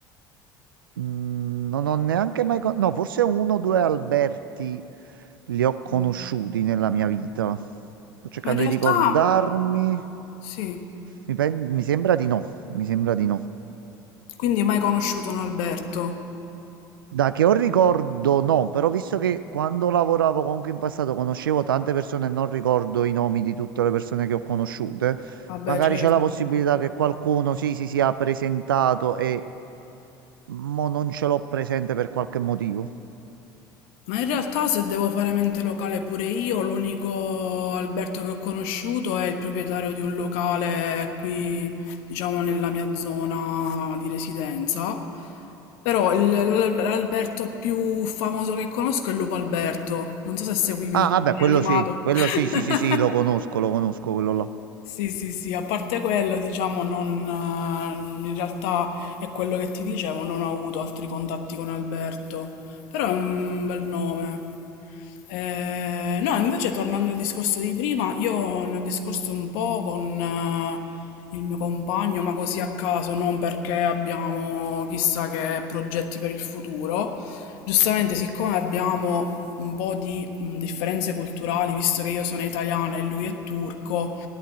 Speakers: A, on the right; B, on the left.
A: Mm, non ho neanche mai... con- No, forse uno o due Alberti li ho conosciuti
B: Mm.
A: nella mia vita. Sto cercando
B: Ma in realtà,
A: di ricordarmi.
B: sì.
A: Mi, pen- mi sembra di no, mi sembra di no.
B: Quindi mai conosciuto un Alberto?
A: Da che ho ricordo, no, però visto che quando lavoravo comunque in passato conoscevo tante persone e non ricordo i nomi di tutte le persone che ho conosciute,
B: Vabbè,
A: magari
B: certo.
A: c'è la possibilità che qualcuno sì, si sia presentato e mo non ce l'ho presente per qualche motivo.
B: Ma in realtà se devo fare mente locale pure io, l'unico Alberto che ho conosciuto è il proprietario di un locale qui, diciamo, nella mia zona di residenza. Però il- l- l'Alberto più famoso che conosco è Lupo Alberto. Non so se seguivi
A: Ah,
B: il
A: vabbè,
B: cartone
A: quello
B: animato.
A: sì, quello
B: <laughs>
A: sì, sì, sì, sì, lo conosco, lo conosco quello là.
B: Sì, sì, sì, a parte quello, diciamo, non, eh, in realtà è quello che ti dicevo, non ho avuto altri contatti con Alberto, però è un bel nome. Eh, no, invece tornando al discorso di prima, io ne ho discorso un po' con eh, il mio compagno, ma così a caso, non perché abbiamo chissà che progetti per il futuro, Giustamente, siccome abbiamo un po' di mh, differenze culturali, visto che io sono italiana e lui è turco,